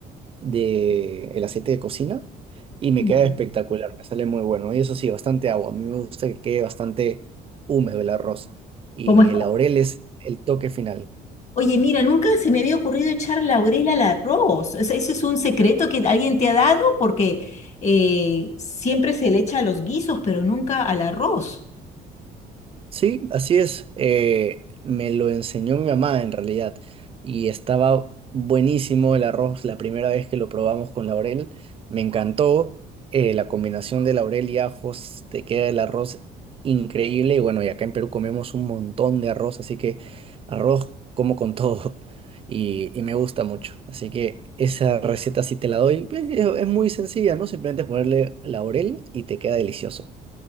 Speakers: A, on the right; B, on the left.
A: de el aceite de cocina, y me
B: Mm.
A: queda espectacular, me sale muy bueno. Y eso sí, bastante agua. A mí me gusta que quede bastante húmedo el arroz. Y
B: Como es
A: el laurel es el toque final.
B: Oye, mira, nunca se me había ocurrido echar laurel al arroz. O sea, ¿eso es un secreto que alguien te ha dado? Porque eh, siempre se le echa a los guisos, pero nunca al arroz.
A: Sí, así es. Eh, me lo enseñó mi mamá en realidad y estaba buenísimo el arroz la primera vez que lo probamos con laurel. Me encantó eh, la combinación de laurel y ajos, te queda el arroz increíble y bueno, y acá en Perú comemos un montón de arroz, así que arroz como con todo <laughs> y, y me gusta mucho. Así que esa receta sí te la doy. pues, Es, es muy sencilla, ¿no? Simplemente ponerle laurel y te queda delicioso.